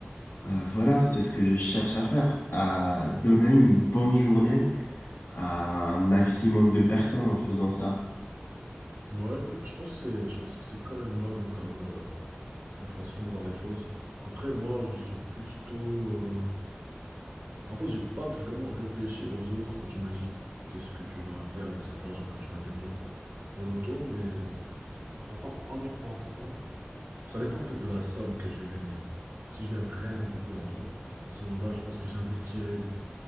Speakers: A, on the left; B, on the right.
A: Euh, voilà, c'est ce que je cherche à faire, à donner une bonne journée à un maximum de personnes en faisant ça.
B: Ouais, écoute, je pense que c'est, je pense que c'est quand même noble comme, euh, comme façon de voir les choses. Après, moi, je suis plutôt. euh, En fait, j'ai pas vraiment réfléchi aux autres quand tu m'as dit qu'est-ce que tu vas faire de cet argent quand tu vas gagner au, au loto, mais euh, maintenant, en y repensant, ça dépend en fait de la somme que je vais gagner. Si je gagne vraiment beaucoup d'argent, à ce moment-là, je pense que j'investirai la